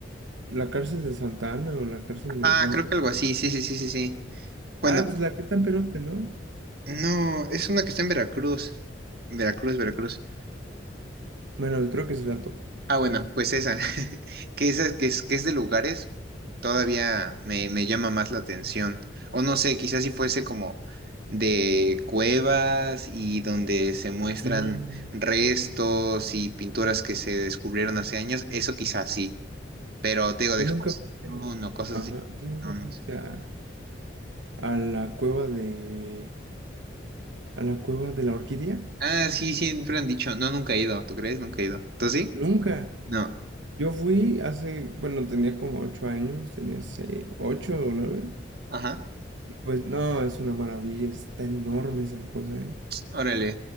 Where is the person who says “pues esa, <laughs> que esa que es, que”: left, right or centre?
Right